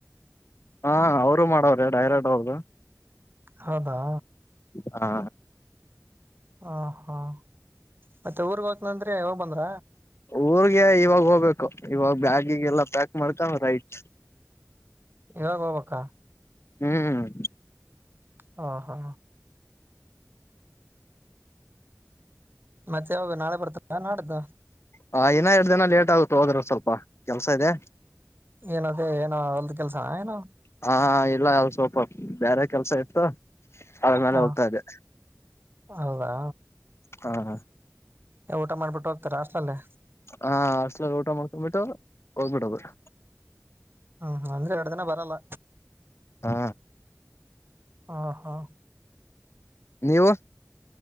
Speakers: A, on the left; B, on the right.
A: ಹಾ ಅವರು ಮಾಡವ್ರೆ ಡೈರೆಕ್ಟ್ ಹೌದು
B: ಹೌದಾ
A: ಹಾ
B: ಹ ಹಾ ಮತ್ತೆ ಊರ್ಗ್ ಹೋಗಕ್ನಂದ್ರ ಯಾವಾಗ ಬಂದ್ರ
A: ಊರ್ಗೆ ಇವಾಗ ಹೋಗ್ಬೇಕು ಇವಾಗ ಬ್ಯಾಗಿಿಗೆಲ್ಲಾ ಪ್ಯಾಕ್ ಮಾಡ್ಕೊಂಡ ಆತ
B: ಇವಾಗ ಹೋಗಬಕ್ಕ
A: ಹ್ಮ್
B: ಹಾ ಹಾ ಮತ್ತೆಾವಾಗ ನಾಳೆ ಬರ್ತ ನಾಡ್ದ
A: ಹ ಇನ್ನ ಎರಡು ದಿನ ಲೇಟ್ ಆಗುತ್ತ ಹೋದ್ರರು ಸ್ವಲ್ಪ ಕೆಲ್ಸ ಇದೆ
B: ಏನದೇ ಏನೋ ಹೊಲ್ದ ಕೆಲ್ಸ ಏನೋ
A: ಹಾ ಇಲ್ಲ ಅಲ್ಲ ಸ್ವಲ್ಪ ಬೇರೆ ಕೆಲ್ಸ ಇ ಆ್ಮೇಲೆ
B: ಹ
A: ಹೋಗ್ತಾ ಇದೆ
B: ಹೌದಾ
A: ಹಾ ಹಾ
B: ಊಟ ಮಾಡ್ಬಿಟ್ಟು ಹೋಗ್ತಾರಾ ಅಷ್ಟಲಲ್ಲೇ
A: ಹಾ ಅಷ್ಟಲ ಊಟ ಮಾಡ್ಕೊ್ಂಬಿಟ್ಟು ಹೋಗ್ಬಿಟ್ಟ ಹೋಗ್ಬಿಟ್ಟ
B: ಹ್ಮ್ ಹ ಅಂದ್ರೆ ಎರಡ ದಿನ ಬರಲ್ಲ
A: ಹಾ
B: ಹಾ ಹಾ
A: ನೀವು